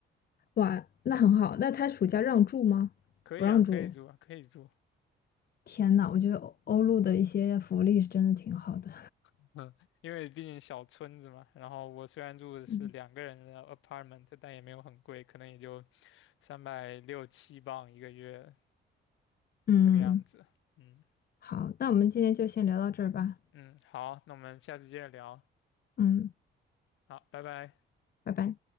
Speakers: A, on the left; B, on the left.
A: 哇，那很好。那他暑假让住吗？
B: 可以啊，
A: 不让住。
B: 可以住啊，可以住，
A: 天呐，我觉得欧欧陆的一些福利是真的挺好的。
B: <laughs> 嗯，因为毕竟小村子嘛。然后我虽然住的是两个人的
A: <laughs> 嗯
B: apartment，但也没有很贵，可能也就三百六七镑一个月
A: 嗯，
B: 这个样子，嗯。
A: 好，那我们今天就先聊到这儿吧。
B: 嗯，好，那我们下次接着聊。
A: 嗯，
B: 好，拜拜。
A: 拜拜。